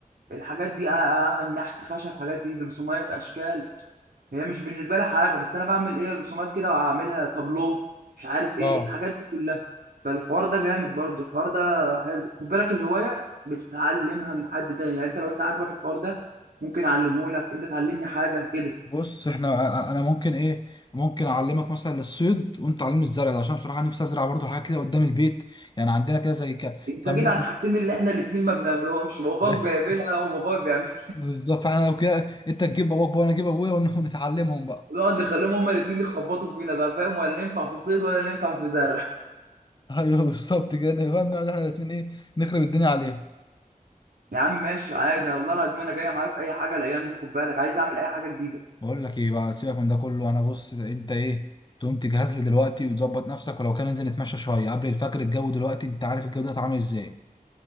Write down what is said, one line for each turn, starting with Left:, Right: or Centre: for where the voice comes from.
Right: الحاجات دي أ- اعمل نحت خشب حاجات دي رسومات اشكال هي مش بالنسبه لي حاجه بس انا بعمل ايه رسومات كده وهعملها تابلو مش عارف ايه
Left: اه
Right: الحاجات دي كلها فالحوار ده جامد برضو الحوار ده حلو خد بالك الهوايه بتتعلمها من حد تاني يعني انت لو انت عاجبك الحوار ده ممكن اعلمه لك انت تعلمني حاجه كده
Left: بص احنا انا ممكن ايه ممكن اعلمك مثلا الصيد وانت تعلمني الزرع ده عشان بصراحه نفسي ازرع برضه حاجه كده قدام البيت يعني عندنا كده زي ك-
Right: انت
Left: كم
Right: جيت
Left: متر-
Right: على الحاجتين اللي احنا الاثنين ما بنعملهمش باباك
Left: <laughs>
Right: بيعملها وباباي بيعملها
Left: بالظبط فاحنا لو كده انت تجيب باباك وانا اجيب ابويا ونتعلمهم بقى
Right: ونقعد نخليهم هما الاثنين يخبطوا فينا بقى فاهم ولا ننفع في الصيد ولا ننفع في زرع
Left: <laughs> ايوه بالظبط كده نبقى بنقعد احنا الاثنين ايه نخرب الدنيا عليهم
Right: يا عم ماشي عادي والله العظيم انا جايه معايا في اي حاجه الايام دي خد بالك عايز اعمل اي حاجه جديده
Left: بقول لك ايه بقى سيبك من ده كله انا بص انت ايه تقوم تجهز لي دلوقتي وتظبط نفسك ولو كان ننزل نتمشى شويه قبل الفجر الجو دلوقتي انت عارف الجو ده عامل ازاي